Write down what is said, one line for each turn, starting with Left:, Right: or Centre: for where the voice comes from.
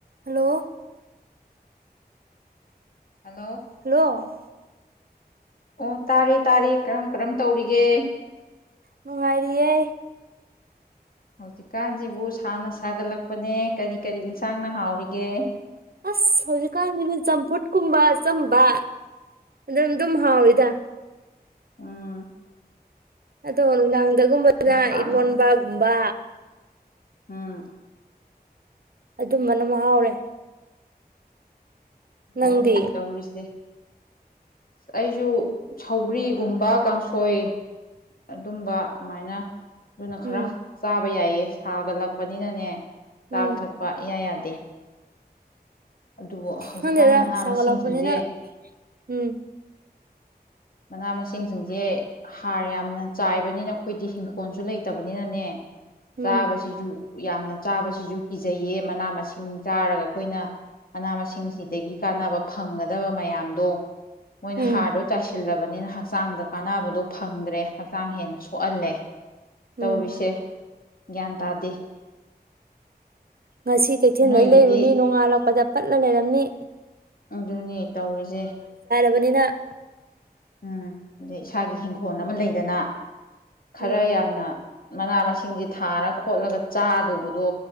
Right: ꯍꯜꯂꯣ
Left: ꯍꯜꯂꯣ
Right: ꯍꯜꯂꯣ
Left: ꯑꯣ ꯇꯥꯔꯦ ꯇꯥꯔꯦ ꯀꯔꯝ ꯀꯔꯝ ꯇꯧꯔꯤꯒꯦ
Right: ꯃꯨꯉꯥꯔꯤꯌꯦ
Left: ꯍꯧꯖꯤꯛꯀꯥꯟꯁꯤꯕꯨ ꯁꯥꯟꯅꯁꯤ ꯁꯥꯒꯠꯂꯛꯄꯅꯦ ꯀꯔꯤ ꯀꯔꯤ ꯌꯦꯟꯁꯥꯡꯅ ꯍꯥꯎꯔꯤꯒꯦ
Right: ꯑꯁ ꯍꯧꯖꯤꯛꯀꯥꯟꯒꯤꯅꯦ ꯆꯝꯐꯨꯠ ꯀꯨꯝꯕ ꯑꯆꯝꯕ ꯑꯗꯨꯝ ꯑꯗꯨꯝ ꯍꯥꯎꯋꯤꯗ
Left: ꯑꯝ
Right: ꯑꯗꯣ ꯅꯨꯡꯗꯥꯡꯗꯒꯨꯝꯕꯗꯅ
Left: ꯁꯥꯅ
Right: ꯏꯔꯣꯟꯕꯒꯨꯝꯕ
Left: ꯎꯝ
Right: ꯑꯗꯨꯝꯕꯅ ꯃꯍꯥꯎꯔꯦ ꯅꯪꯗꯤ
Left: ꯑꯗꯨꯅꯦ ꯇꯧꯔꯤꯁꯦ ꯑꯩꯁꯨ ꯁꯒ꯭ꯔꯤꯒꯨꯝꯕ ꯀꯥꯡꯁꯣꯏ ꯑꯗꯨꯝꯕ ꯑꯗꯨꯃꯥꯏꯅ ꯑꯗꯨꯅ ꯈꯔ
Right: ꯎꯝ
Left: ꯆꯥꯕ ꯍꯥꯏꯕ ꯌꯥꯏꯌꯦ ꯁꯥꯒꯠꯂꯛꯄꯅꯤꯅꯅꯦ ꯆꯥꯕ
Right: ꯎꯝ
Left: ꯊꯛꯄ ꯏꯌꯥ ꯌꯥꯗꯦ ꯑꯗꯨꯕꯨ ꯍꯧꯖꯤꯛꯀꯥꯟ
Right: ꯍꯪꯗꯦꯗ
Left: ꯃꯅꯥ
Right: ꯆꯒ
Left: ꯃꯁꯤꯡꯁꯤꯡꯁꯦ
Right: ꯂꯥꯛꯄꯅꯤꯅ ꯎꯝ
Left: ꯃꯅꯥ ꯃꯁꯤꯡꯁꯤꯡꯁꯦ ꯍꯥꯔ ꯌꯥꯝꯅ ꯆꯥꯏꯕꯅꯤꯅ ꯑꯩꯈꯣꯏꯗꯤ ꯍꯤꯡꯈꯣꯜꯁꯨ ꯂꯩꯇꯕꯅꯤꯅꯅꯦ
Right: ꯎꯝ
Left: ꯆꯥꯕꯁꯤꯁꯨ ꯌꯥꯝꯅ ꯆꯥꯕꯁꯤꯁꯨ ꯀꯤꯖꯩꯌꯦ ꯃꯅꯥ ꯃꯁꯤꯡ ꯆꯥꯔꯒ ꯑꯩꯈꯣꯏꯅ ꯃꯅꯥ ꯃꯁꯤꯡꯁꯤꯗꯒꯤ ꯀꯥꯟꯅꯕ ꯐꯪꯒꯗꯕ ꯃꯌꯥꯝꯗꯣ ꯃꯣꯏꯅ
Right: ꯎꯝ
Left: ꯍꯥꯔꯗꯣ ꯆꯥꯏꯁꯤꯜꯂꯕꯅꯤꯅ ꯍꯛꯆꯥꯡꯗ ꯀꯥꯟꯅꯕꯗꯣ ꯐ ꯐꯪꯗ꯭ꯔꯦ ꯍꯛꯆꯥꯡ ꯍꯦꯟꯅ ꯁꯣꯛꯍꯜꯂꯦ꯫ ꯇꯧꯔꯤꯁꯦ
Right: ꯎꯝ
Left: ꯒ꯭ꯌꯥꯟ ꯇꯥꯗꯦ
Right: ꯉꯁꯤ ꯀꯩꯊꯦꯜꯗꯩ
Left: ꯅꯣꯏꯒꯤꯗꯤ
Right: ꯂꯩꯔꯨꯅꯤ ꯅꯣꯡꯉꯥꯜꯂꯛ ꯄꯗ ꯄꯠꯂ ꯂꯩꯔꯝꯅꯤ꯫
Left: ꯑꯗꯨꯅꯦ ꯫ ꯇꯧꯔꯤꯁꯦ꯫
Right: ꯕꯅꯤꯅ
Left: ꯎꯝ ꯑꯗꯩ ꯏꯁꯥꯒꯤ ꯍꯤꯡꯈꯣꯜ ꯑꯃ ꯂꯩꯗꯅ ꯈꯔ
Right: ꯎꯝ
Left: ꯌꯥꯝꯅ ꯃꯅꯥ ꯃꯁꯤꯡꯁꯦ ꯊꯥꯔ ꯈꯣꯠꯂꯒ ꯆꯥꯗꯧꯕꯗꯣ